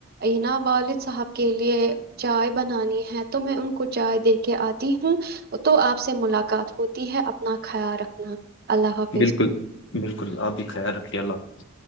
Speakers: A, on the right; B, on the left.
A: این والد صاحب کے لیے چائے بنانی ہے تو میں ان کو چائے دے کے آتی ہوں تو آپ سے ملاقات ہوتی ہے اپنا <unintelligible> خیال رکھنا اللہ حاف <unintelligible>
B: بالکل بالکل آپ بھی خیال رکھے اللہ <unintelligible>